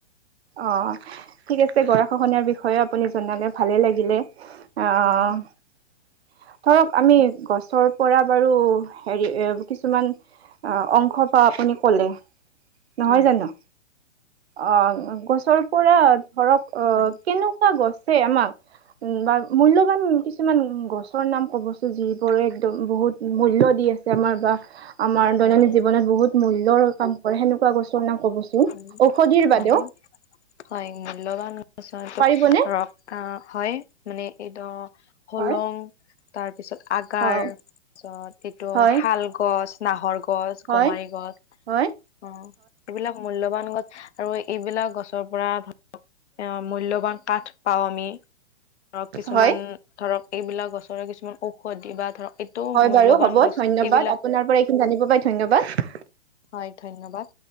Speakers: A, on the right; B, on the left.
A: অ' ঠিক আছে, গৰা খহনাহীয়াৰ বিষয়ে আপুনি জনালে ভালে লাগিলে। অ' অ'।
B: হয়
A: ধৰক আমি গছৰ পৰা বাৰু হেৰি এ কিছুমান। অ' অংশ পা আপুনি ক'লে নহয়
B: হয়
A: জানো অ'। গছৰ পৰা ধৰক অ'
B: আৰু
A: কেনেকুৱা গছে আমাক উম, বা মূল্যবান কিছুমান গছৰ নাম ক'বচো যিবোৰে একদম বহুত মূল্য দিয়ে। আমাৰ বাহ। আমাৰ
B: হয়
A: দৈনন্দিন জীৱনত বহুত মূল্যৰ কাম কৰে সেনেকুৱা গছৰ নাম ক'ব চোন
B: উম
A: ঔষধিৰ
B: হয়
A: বাদেও।
B: হয়, মূল্যবান গছ এইটো
A: পাৰিবনে
B: ধৰক অ' হয় মানে এই ধৰক। হলং
A: হয়
B: তাৰপিছত আগাৰ
A: অ
B: তাৰপিছত এইটো
A: হয়
B: শাল গছ। বাহৰ গছ,
A: হয়
B: গমাৰি গছ
A: হয়
B: অ'। এইবিলাক মূল্যবান গছ আৰু এইবিলাক গছৰ পৰা ধৰক এ মূল্যবান কাঠ। পাওঁ আমি ধৰক কিছুমান
A: হয়
B: ধৰক এইবিলাক গছৰে কিছুমান ঔষধি বা ধৰক। এইটো
A: হয়,
B: মূল্যবান
A: বাৰু হ'ব,
B: গছ
A: ধন্যবাদ
B: এইবিলাক
A: আপোনাৰ পৰা এইখিনি জানিব পাই, ধন্যবাদ।
B: হয়, ধন্যবাদ।